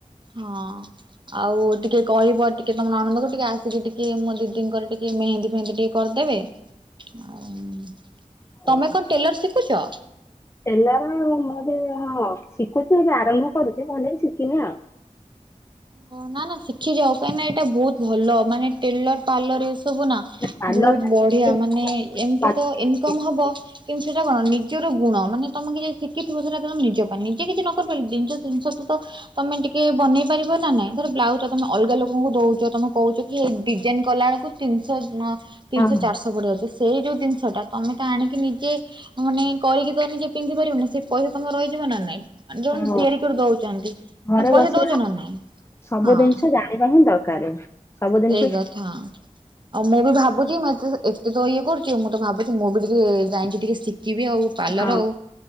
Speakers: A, on the right (about 35°); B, on the left (about 20°).
A: ହଁ ଆଉ ଟିକେ କହିବ ଟିକେ ତମର ନଣଦକୁ ଟିକେ ଆସିକି ଟିକେ ଟିକେ ମୋ ଦିଦିଙ୍କର ଟିକେ ମେହେନ୍ଦୀ ଫେହେନ୍ଦୀ ଟିକେ କରିଦେବେ ଆଉ ତମେ
B: ଓ
A: କଣ ଟେଲର ଶିଖୁଛ?
B: ଏଲାର ମେ ହଁ ଶିଖୁଛି ଏବେ ଆରମ୍ଭ କରୁଛି ଭଲେ ଶିଖିନି ଆଉ
A: ଓ ନା ନା ଶିଖିଯାଅ କାହିଁକିନା ଏଇଟା ବହୁତ ଭଲ ମାନେ ଟେଲର ପାର୍ଲର ଏ ସବୁ ନା
B: ପାର୍ଲର
A: ବହୁତ
B: ଟା
A: ବଢିଆ
B: ଶିଖିନି,
A: ମାନେ ଏମିତି
B: ପାର୍ଲର
A: ତ ଇନକମ୍ ହବ କିନ୍ତୁ ସେଇଟା କଣ ନିଜର ଗୁଣ ମାନେ ତମେ କିଏ ଶିଖିଥିବ। ସେଇଟା ତ ମୁଁ ନିଜ ପାଇଁ ନିଜେ କିଛି ନ କରିପାରିଲେ, ଜିନିଷକୁତ ତମେ ଟିକେ ବନେଇ ପାରିବ ନାଇଁ ଧର ବ୍ଲାଉଜ୍ ଟା ତମେ ଅଲଗା ଲୋକଙ୍କୁ ଦଉଛ ତୁମେ କହୁଛ କି ଡିଜାଇନ୍ କଲାବେଳକୁ ତିନିଶହ ତିନିଶହ
B: ହଁ ହଁ
A: ଚାରଶହ ପଡିବ ସେଇ ଯୋଉ ଜିନିଷ ଟା ତମେ ତ ଆଣିକି ନିଜେ ମାନେ କରିକି ତ ନିଜେ ପିନ୍ଧି ପାରିବନି ସେ ପଇସା ତମେ ରହିଯିବ ନା ନାଇଁ ଯୋଉମାନେ
B: ହଁ
A: ତିଆରି କରି ଦଉଛନ୍ତି ତାଙ୍କୁ
B: ଘରେ
A: ପଇସା
B: ବସିବା
A: ଦଉଛ ନା ନାଇଁ
B: ସବୁ
A: ହଁ
B: ଜିନିଷ ଜାଣିବା ହିଁ ଦରକାର ସବୁ ଜିନିଷ
A: ସେଇ କଥା। ଆଉ ମୁଁ ବି ଭାବୁଛି ମେସିନ୍ ଏତେ ତ ଇଏ କରୁଛି ମୁଁ ତ ଭାବୁଛି ମୁଁ ବି ଟିକେ ଯାଇକି ଟିକେ ଶିଖିବି ଆଉ ପାର୍ଲର
B: ହଁ
A: ଆଉ